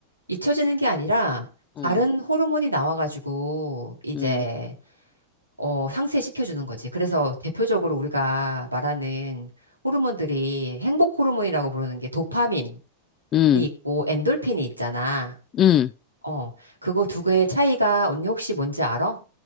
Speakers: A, on the right; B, on the left.
A: 잊혀지는 게 아니라
B: 응,
A: 다른 호르몬이 나와가지고 이제,
B: 응,
A: 어, 상쇄시켜주는 거지. 그래서 대표적으로 우리가 말하는 호르몬들이 행복 호르몬이라고 부르는 게 도파민이
B: 응,
A: 있고 엔돌핀이 있잖아.
B: 응.
A: 어, 그거 두 개의 차이가 언니 혹시 뭔지 알아?